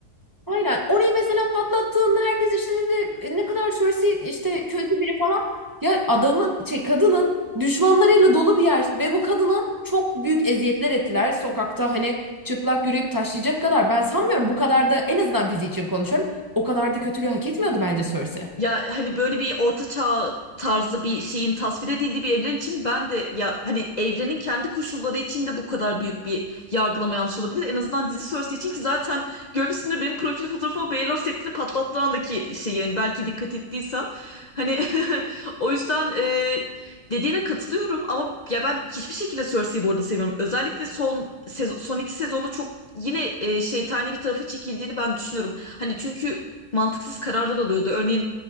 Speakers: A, on the right (about 25°); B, on the left (about 75°).
A: aynen. Orayı mesela patlattığında herkes işte dedi "E, ne kadar Cersei işte kötü biri falan. Ya adamın şey kadının düşmanlarıyla dolu bir yer ve bu kadına çok büyük eziyetler ettiler. Sokakta hani çıplak yürüyüp taşlayacak kadar ben sanmıyorum bu kadar da en azından dizi için konuşuyorum. O kadar da kötülüğü hak etmiyordu bence Cersei.
B: Ya hani böyle bir orta çağ tarzı bir şeyin tasvir edildiği bir evren için ben de ya hani evrenin kendi koşulları içinde bu kadar büyük bir yargılama yanlış olabilir. En azından dizi sonrası için ki zaten görmüşsündür benim profil fotoğrafıma Baylor septini patlattığı andaki şey yani belki dikkat ettiysen. Hani <laughs> o yüzden e, dediğine katılıyorum ama ya ben hiçbir şekilde Cersei'yi bu arada sevmiyorum. Özellikle son sezo- son iki sezonda çok yine e, şeytani bir tarafa çekildiğini ben düşünüyorum. Hani çünkü mantıksız kararlar alıyordu. Örneğin